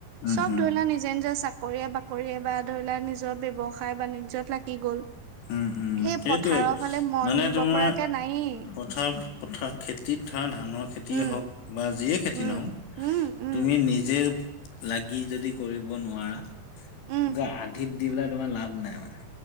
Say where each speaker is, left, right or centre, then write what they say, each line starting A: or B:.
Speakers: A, on the left; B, on the right.
A: উম
B: চব
A: উম
B: ধৰি লোৱা নিজে নিজৰ চাকৰিয়ে বাকৰিয়ে বা ধৰি লোৱা নিজৰ ব্যয়ৱসায় সায় বাণিজ্যত লাগি গ'ল
A: উম উম
B: সেই
A: সেইটোৱে
B: পথাৰৰ ফালে মন
A: মানে
B: দিব
A: তোমাৰ
B: পৰাকে নায়েই
A: পথাৰ পথাৰ খেতিত ধৰা ধানৰ খেতিয়ে
B: উম,
A: হওক বা যিয়ে খেতি
B: উম,
A: দিনত
B: উম, উম,
A: তুমি নিজে লাগি যদি কৰিব নোৱাৰা
B: উম,
A: আধিত দি পেলাই তোমাৰ লাভ নাই মানে